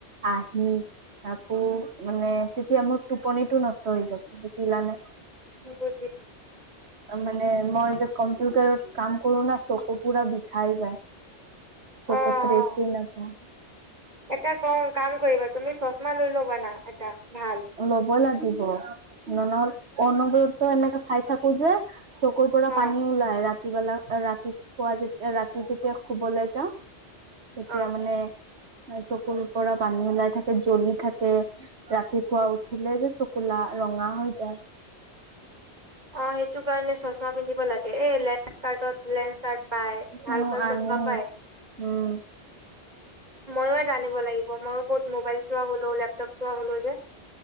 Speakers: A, on the right; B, on the right.
A: আহি আকৌ মানে তেতিয়া মোৰ টোপনিটো নষ্ট হৈ যাই বুজিলানে
B: বুজিলো
A: মানে মই যে কম্পিউটাৰত কাম কৰো ন চকু পুৰা বিষাই যায় চকত্ৰছ
B: অ অ
A: দি নখ
B: এটা ক কাম কৰিবা তুমি চশমা লৈ ল'বা না এটা ভাল
A: ল'ব লাগিব নললে অনব্ৰতে এনেকে চাই থাকো যে চকুৰ পৰা
B: অ
A: পানী ওলাই ৰাতি বেলা ৰাতি পুৱা যেতি ৰাতি যেতিয়া শুবলৈ যাও তেতিয়া
B: অ
A: মানে চকুৰ পৰা পানী ওলাই থাকে জ্বলি থাকে ৰাতিপুৱা উঠিলে যে চকু লা ৰঙা হৈ যায়
B: অ সেইটো কাৰণে চশমা পিন্ধিব লাগে এ লেঞ্চ কাৰ্ডত লেঞ্চ কাৰ্ড পাই ভাল
A: উ
B: ভাল
A: আনি
B: চশমা পায়
A: উম
B: ময়ো এটা আনিব লাগিব মইও বহুত মোবাইল চোৱা হলে ওল তাত চোৱাব লৈ জাই